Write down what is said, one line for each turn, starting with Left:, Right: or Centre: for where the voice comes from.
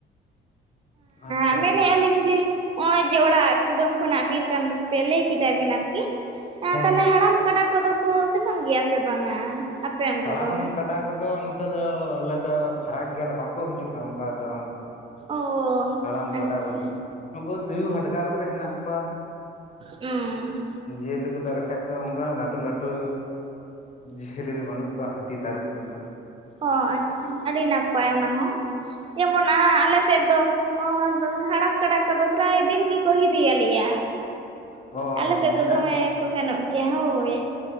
Left: ᱟᱪᱪᱷᱟ
Right: ᱟᱻ ᱢᱮᱱᱮᱜ-ᱟ
Left: ᱟᱪᱪᱷᱟ
Right: ᱟᱹᱞᱤᱧ ᱡᱮ ᱦᱚᱜ-ᱚᱭ ᱡᱮ ᱚᱲᱟᱜ ᱠᱩᱰᱟᱹᱢ ᱠᱷᱚᱱᱟᱜ ᱵᱤᱨ ᱠᱟᱱ ᱯᱮᱭᱟ ᱞᱟᱹᱭ ᱠᱮᱫᱟ ᱵᱤᱱ ᱟᱨᱠᱤ ᱟᱸ
Left: ᱦᱮᱸ
Right: ᱛᱟᱦᱞᱮ ᱦᱟᱲᱟᱢ ᱠᱟᱰᱟ ᱠᱚ ᱫᱚ ᱠᱚ ᱥᱮᱱᱚᱜ ᱜᱮᱭᱟ ᱥᱮ ᱵᱟᱝᱟ? ᱟᱯᱮ ᱚᱱᱛᱮ
Left: ᱦᱟᱲᱟᱢ
Right: ᱫᱚ?
Left: ᱠᱟᱰᱟ ᱠᱚ ᱫᱚ ᱱᱚᱛᱮ ᱫᱚ ᱟᱞᱮ ᱫᱚ ᱯᱷᱟᱨᱟᱠ ᱜᱮᱭᱟᱞᱮ ᱵᱟᱠᱚ ᱦᱤᱡᱩᱜ-ᱟ ᱚᱝᱠᱟ ᱫᱚ᱾
Right: ᱚ
Left: ᱦᱟᱲᱟᱢ
Right: ᱟᱪᱪᱷᱟ
Left: ᱠᱟᱰᱟ ᱠᱚ ᱫᱚ ᱱᱩᱠᱩ ᱛᱩᱭᱩ ᱦᱟᱰᱜᱟᱨ ᱠᱚ ᱜᱮ ᱦᱮᱱᱟᱜ ᱠᱚᱣᱟ᱾
Right: ᱚᱸ᱾
Left: ᱡᱤᱭᱟᱹᱞᱤ ᱠᱚ ᱫᱚ ᱟᱨ ᱠᱷᱟᱡ ᱫᱚ ᱚᱱᱠᱟᱱᱟᱜ ᱞᱟᱹᱴᱩ ᱞᱟᱹᱴᱩ ᱡᱤᱭᱟᱹᱞᱤ ᱫᱚ ᱵᱟᱹᱱᱩᱜ ᱠᱚᱣᱟ ᱦᱟ ᱛᱤ ᱛᱟᱹᱨᱩᱵ ᱠᱚᱫᱚ᱾
Right: ᱚ ᱟᱪᱪᱷᱟ ᱟᱹᱰᱤ ᱱᱟᱯᱟᱭ ᱚᱱᱟ ᱦᱚᱸ ᱡᱮᱢᱚᱱ ᱟᱻ ᱟᱞᱮ ᱥᱮᱜ ᱫᱚ ᱚ ᱦᱟᱲᱟᱢ ᱠᱟᱰᱟ ᱠᱚᱫᱚ ᱯᱮᱨᱟᱭ ᱫᱤᱱ ᱜᱮᱠᱚ ᱦᱤᱨᱤᱭ ᱟᱞᱮᱭᱟ᱾
Left: ᱚ
Right: ᱟᱞᱮ ᱥᱮᱫ
Left: ᱢᱟᱱᱮ
Right: ᱫᱚ ᱫᱚᱢᱮ ᱠᱚ ᱥᱮᱱᱚᱜ ᱜᱮᱭᱟ ᱦᱳᱭ᱾